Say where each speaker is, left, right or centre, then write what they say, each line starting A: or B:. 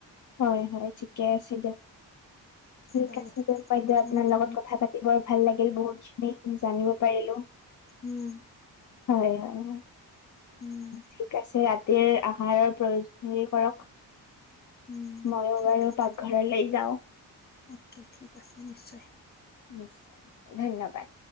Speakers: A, on the left; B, on the left.
A: হয়, হয়, ঠিকে আছে দিয়ক। ঠিক
B: বাৰু
A: আছে
B: হ'ব
A: দিয়ক, বাইদেউ আপোনাৰ
B: উম
A: লগত
B: উম
A: কথা পাতি বৰ ভাল লাগিল, বহুতখিনি জানিব পাৰিলোঁ।
B: উম
A: হয়, হয়, হয়।
B: উম
A: ঠিক আছে <unintelligible> <unintelligible> আহাৰৰ প্ৰয়ো <unintelligible> কৰক।
B: উম,
A: ময়ো
B: ঠিক
A: বাৰু
B: আছে,
A: পাকঘৰলৈ যাওঁ
B: অকে ঠিক আছে, নিশ্চয়।
A: নিশ্চ ধন্যবাদ।